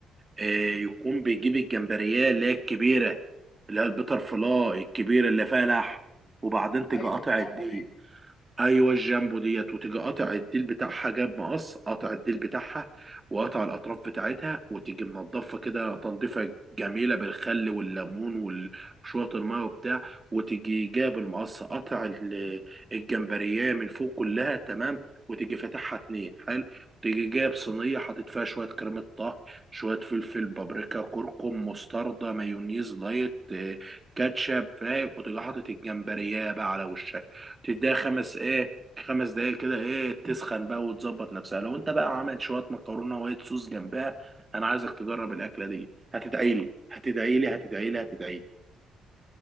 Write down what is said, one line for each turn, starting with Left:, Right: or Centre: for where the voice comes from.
Right: إيه يكون بيجيب الجمبريه اللي هي الكبيره اللي هي البيتر فلاي الكبيره اللي فيها لحم وبعدين تيجي
Left: ايوه
Right: قاطع
Left: الجامبو
Right: الدقيق
Left: دي
Right: ايوه الجامبو ديت وتيجي قاطع الديل بتاعها جاب مقص قاطع الديل بتاعها وقاطع الاطراف بتاعتها وتيجي منضفه كده تنظيفه جميله بالخل والليمون وال- وشويه الميه وبتاع وتيجي جاب المقص قاطع ال- الجمبريه من فوق كلها تمام وتيجي فاتحها اتنين حلو تيجي جاب صينيه حاطط فيها شويه كريمه طهي شويه فلفل بابريكا كركم مستردة مايونيز لايت آه، كاتشب فاهم وتيجي حاطط الجمبريه بقى على وشها تديها خمس ايه خمس دقايق كده ايه تسخن بقى وتظبط نفسها لو انت بقى عملت شويه مكرونه وايت صوص جنبها انا عايزك تجرب الاكله دي هتدعي لي هتدعي لي هتدعي لي هتدعي لي